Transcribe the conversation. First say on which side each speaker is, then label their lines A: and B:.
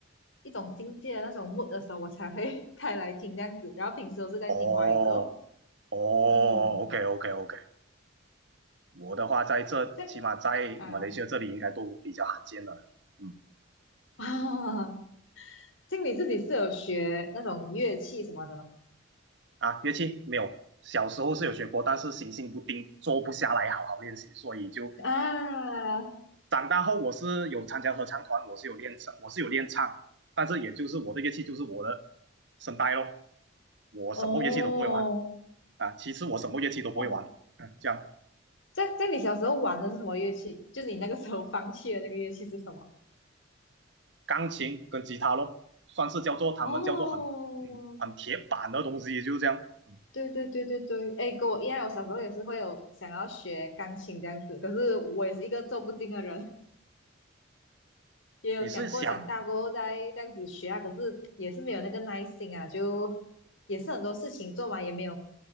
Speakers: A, on the left; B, on the right.
A: 一种境界的那种 mood 的时候，我才会 <laughs> 开来听这样子。然后平时都是在听华语歌，
B: 哦哦
A: 嗯，
B: ，OK OK OK，我的话在这起码在马来西亚这里应该都比较罕见了。
A: 这样啊
B: 嗯
A: <laughs> 啊，经理自己是有学那种乐器什么的吗？
B: 啊，乐器没有，小时候是有学过，但是行性不定，坐不下来好好练习，所以就
A: 啊，
B: 长大后我是有参加合唱团，我是有练唱，我是有练唱，但是也就是我的乐器就是我的声带咯，我什么乐器都不会玩
A: 哦
B: 啊，其实我什么乐器都不会玩，
A: 哦，
B: 嗯这样
A: 这样这样你小时候玩的是什么乐器？就你那个时候放弃的那个乐器是什么？
B: 钢琴跟吉他咯，算是叫做他们叫做很嗯很铁板的东西，
A: 哦，
B: 就是这样，嗯，
A: 对对对对对，哎，跟我一样，我小时候也是会有想要学钢琴这样子，可是我也是一个做不精的人，<laughs> 也有想过长大过后再这样子学啊，
B: 你是想
A: 可是也是没有那个耐心啊，就也是很多事情做嘛，也没有